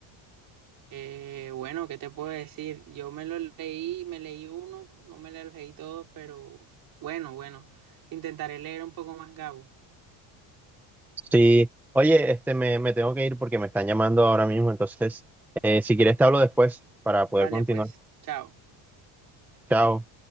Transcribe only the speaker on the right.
Eh, bueno, ¿qué te puedo decir? Yo me lo leí, me leí uno, no me lo leí todo, pero bueno, bueno, intentaré leer un poco más, Gabo.
Dale,
pues, chao.